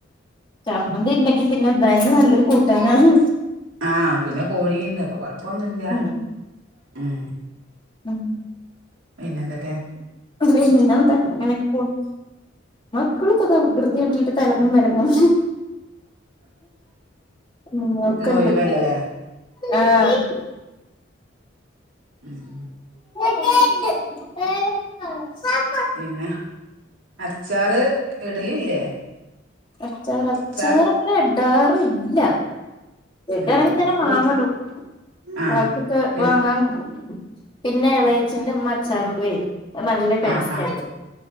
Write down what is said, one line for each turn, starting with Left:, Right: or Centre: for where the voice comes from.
Left: ചമ്മന്തി ണ്ടെങ്കി പിന്നെ ന്തായാലും നല്ലൊരു കൂട്ടാനാണ്
Right: ആഹ് പിന്നെ കോഴി ണ്ട് അപ്പൊ കൊഴപ്പൊന്നുല്ല
Left: ഉം
Right: ഉം
Left: ഉം
Right: പിന്നെന്തൊക്കെ
Left: <unintelligible> പിന്നെന്താ ങ്ങനൊക്കെ പോണ് മക്കളൊക്കെ താ <unintelligible> കിട്ടീട്ട് തലങ്ങും വെലങ്ങും ഉം ഒക്കണ്ട്
Right: ഇന്ന് ഒഴിവല്ലല്ലേ
Left: ആഹ്
Right: ഉം
Left: <unintelligible>
Right: പിന്നെ അച്ചാറ് ഇടലില്ലേ?
Left: അച്ചാർ അച്ചാർ
Right: അച്ചാറ്
Left: അങ്ങനെ ഇടാറില്ല. കിട്ടണെങ്കി
Right: ഉം
Left: തന്നെ
Right: വീട്ടിൽ
Left: മാങ്ങടും
Right: ആഹ്
Left: ബാക്കിയൊക്കെ
Right: പിന്നെ
Left: വാങ്ങാൻ പിന്നെ എളയച്ചിന്റെമ്മ അചാറിട്എയ് നല്ല ടേസ്റ്റ്
Right: ആഹ് ആഹ്
Left: ആ